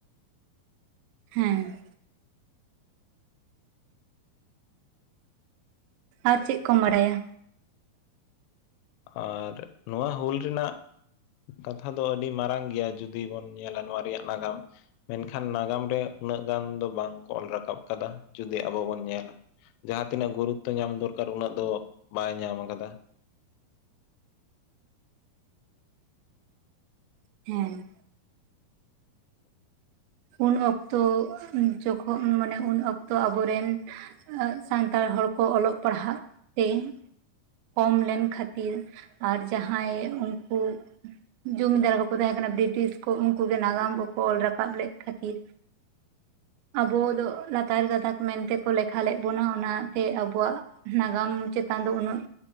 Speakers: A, on the right (about 80°); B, on the left (about 80°).
A: ᱦᱮᱸ᱾ ᱟᱨ ᱪᱮᱫ ᱠᱚᱢ ᱵᱟᱲᱟᱭᱟ?
B: ᱟᱨ ᱱᱚᱣᱟ ᱦᱩᱞ ᱨᱮᱱᱟᱜ ᱠᱟᱛᱷᱟ ᱫᱚ ᱟᱹᱰᱤ ᱢᱟᱨᱟᱝ ᱜᱮᱭᱟ, ᱡᱩᱫᱤ ᱵᱚᱱ ᱧᱮᱞᱟ ᱱᱚᱣᱟ ᱨᱮᱭᱟᱜ ᱱᱟᱜᱟᱢ᱾ ᱢᱮᱱᱠᱷᱟᱱ ᱱᱟᱜᱟᱢ ᱨᱮ ᱩᱱᱟᱹᱜ ᱜᱟᱱ ᱫᱚ ᱵᱟᱝ ᱠᱚ ᱚᱞ ᱨᱟᱠᱟᱵ ᱠᱟᱫᱟ, ᱡᱩᱫᱤ ᱟᱵᱚ ᱵᱚᱱ ᱧᱮᱞᱟ᱾ ᱡᱟᱦᱟᱸ ᱛᱤᱱᱟᱹᱜ ᱜᱩᱨᱩᱛᱛᱚ ᱧᱟᱢ ᱫᱚᱨᱠᱟᱨ ᱩᱱᱟᱹᱜ ᱫᱚ ᱵᱟᱭ ᱧᱟᱢ ᱠᱟᱫᱟ᱾
A: ᱦᱮᱸ ᱩᱱ ᱚᱠᱛᱚ ᱡᱚᱠᱷᱚᱱ ᱢᱟᱱᱮ ᱩᱱ ᱚᱠᱛᱚ ᱟᱵᱚᱨᱮᱱ ᱥᱟᱱᱛᱟᱲ ᱦᱚᱲᱠᱚ ᱚᱞᱚᱜ ᱯᱟᱲᱦᱟᱜ ᱛᱮ ᱠᱚᱢ ᱞᱮᱱ ᱠᱷᱟᱹᱛᱤᱨ ᱟᱨ ᱡᱟᱦᱟᱸᱭ ᱩᱝᱠᱩ ᱡᱚᱢᱤᱫᱟᱨ ᱠᱚᱠᱚ ᱛᱟᱦᱮᱸ ᱠᱟᱱᱟ ᱵᱨᱤᱴᱤᱥ ᱠᱚ ᱩᱝᱠᱩ ᱜᱮ ᱱᱟᱜᱟᱢ ᱠᱚᱠᱚ ᱚᱞ ᱨᱟᱠᱟᱵ ᱞᱮᱫ ᱠᱷᱟᱹᱛᱤᱨ ᱟᱵᱚ ᱫᱚ ᱞᱟᱛᱟᱨ ᱜᱟᱛᱟᱠ ᱢᱮᱱᱛᱮᱠᱚ ᱞᱮᱠᱷᱟ ᱞᱮᱫ ᱵᱚᱱᱟ ᱚᱱᱟᱛᱮ ᱟᱵᱚᱣᱟᱜ ᱱᱟᱜᱟᱢ ᱪᱮᱛᱟᱱ ᱫᱚ ᱩᱱᱟᱹᱜ